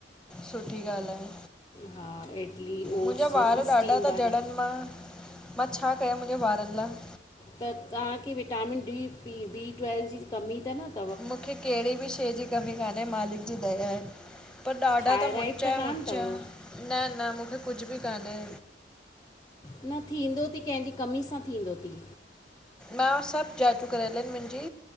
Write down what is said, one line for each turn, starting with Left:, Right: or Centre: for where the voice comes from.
Centre: सुठी ॻाल्हि आहे।
Left: हा इडली ओट्स
Centre: मुंहिंजा वार
Left: स्टीम
Centre: ॾाढा था झड़नि।
Left: वारे
Centre: मां, मां छा कयां मुंहिंजे वारनि लाइ?
Left: त तव्हांखे विटामिन डी, वी ट्वेल्व जी कमी त न थव?
Centre: मूंखे कहिड़ी बि शइ जी कमी कान्हे मालिक जी दया आहे। पर ॾाढा
Left: थायराइड
Centre: ता मुच
Left: त कान
Centre: मुच,
Left: अथव
Centre: न न मूंखे कुझु बि कान्हे।
Left: न थींदो ती कंहिंजी कमी सां थींदो ती।
Centre: मां सभु जाचूं करयल आहिनि मुंहिंजी।